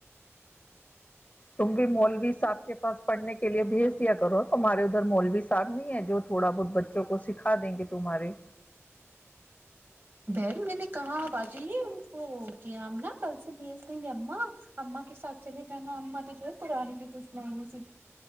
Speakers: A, on the left (about 30°); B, on the right (about 45°).
A: تم بھی مولوی صاحب کے پاس پڑنے کے لیے بھیج
B: ہے
A: دیا کرو تمہارے مولوی صاحب بھی ہے جو تھوڑا بہت بچوں کو سکھا دیں گے تمہارے
B: بہن میں نے کہاں باقی جی ان کو او کیا نا کل سے یہ کہ اما اما کے سچ نہیں جانا اما کی جو ہے تران کی کش میں نہیں سئی